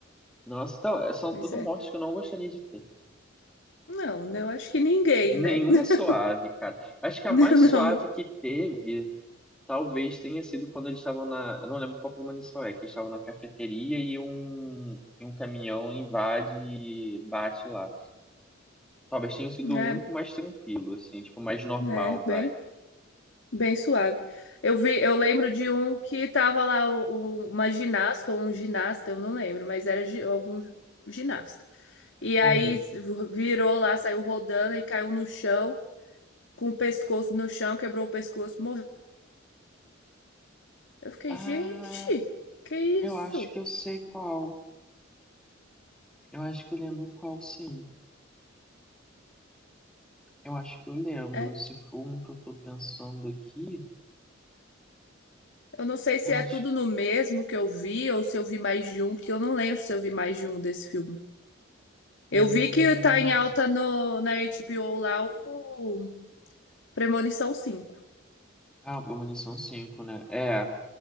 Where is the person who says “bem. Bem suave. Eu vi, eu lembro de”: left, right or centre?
Left